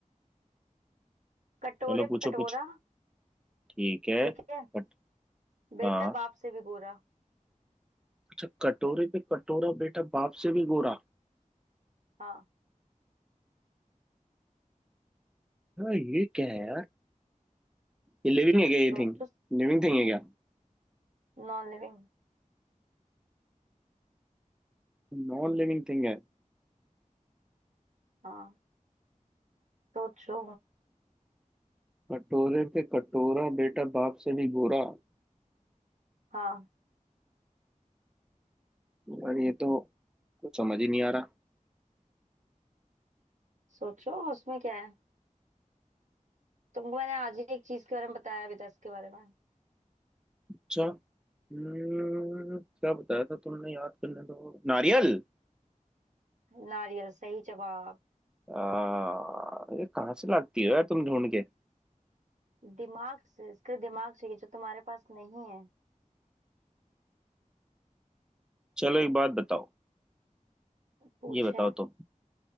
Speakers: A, on the right; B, in the centre.
A: कटोरे
B: चलो पूछो
A: पे कटोरा
B: कुछ ठीक है
A: ठीक है
B: बट
A: बेटा
B: हाँ
A: बाप से भी गोरा
B: अच्छा कटोरे पे कटोरा बेटा बाप से भी गोरा
A: हाँ
B: हाँ ये क्या है यार ये लिविंग है क्या ये
A: सोचो
B: थिंग लिविंग थिंग है क्या
A: Non living
B: नॉन लिविंग थिंग है
A: हाँ सोचो
B: कटोरे पे कटोरा बेटा बाप से भी गोरा
A: हाँ
B: यार ये तो कुछ समझ ही नहीं आ रहा
A: सोचो उसमें क्या है तुमको मैंने आज ही एक चीज के बारे में बताया अभी दस के बारे में
B: अच्छा हम्म, क्या बताया था तुमने याद करने दो नारियल
A: नारियल सही जवाब
B: आ, ये कहाँ से लाती हो यार तुम ढूंढ के
A: दिमाग से इसके दिमाग चाहिए जो तुम्हारे पास नहीं है
B: चलो एक बात बताओ
A: पूछे
B: ये बताओ तुम